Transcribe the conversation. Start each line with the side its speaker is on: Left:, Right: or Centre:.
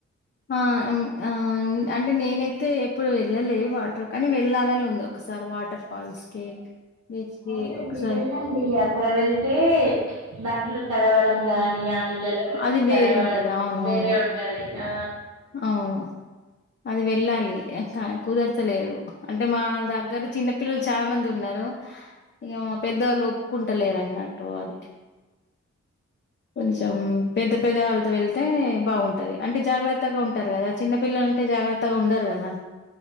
Left: ఆ ఉమ్ ఆ అన్ అంటే, నేనైతే ఎప్పుడు వెళ్ళలే వాటర్, కానీ వెళ్ళాలని ఉంది ఒకసారి వాటర్ ఫాల్స్ కి బీచ్ కి
Right: అవునండి.
Left: ఒకసారి
Right: వెళ్ళండి. అక్కడ వెళ్తే, దాంట్లో తడవడం. గానీ ఆ నిళ్లలో మనం
Left: అది వేరే
Right: తడవ
Left: ఉంటది అవును
Right: వేరే
Left: అవును
Right: ఉంటది. ఆ.
Left: అవును అది వెళ్ళాలి. కా కుదరతలేదు. అంటే, మా దగ్గర చిన్న పిల్లలు చాలా మంది ఉన్నా రు. ఇగ మా పెద్దోళ్ళు ఒప్పుకుంటలేరన్నట్టు అది. కొంచెం పెద్ద పెద్ద వాళ్ళతో వెళ్తే బాగుంటది అంటే జాగ్రత్త త్తగా ఉంటారు కదా చిన్న పిల్లలంటే జాగ్రత్తగా ఉండరు కదా